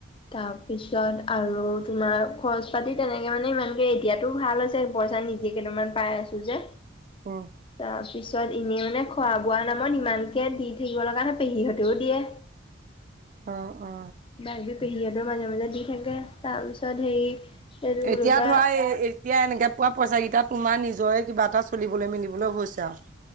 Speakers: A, on the left; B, on the right.
A: তাৰপি পিছত, আৰু তোমাৰ খৰচ পাতি তেনেকে মানে, ইমানকে এতিয়াতো ভাল হৈছে পইচা নি যি কেইটামান পাই আছো যে।
B: অ'।
A: তাৰপিছত, এনেই মানে খোৱা-বোৱা নামত ইমানকে দি থাকিব লগা নাই, পেহীহঁতেও দিয়ে।
B: অ', অ'।
A: বাইদৌক, পেহীহতেও মাজে, মাজে দি থাকে, তাৰপিছত হেৰি এইটো
B: এতিয়া
A: বুলি কয়
B: ধৰা, এ এতিয়া, এনেকে পোৱা পইচা কি, তোমাৰ নিজৰে কিবা এটা চলিবলৈ-মেলিবলৈ হৈছে আৰু।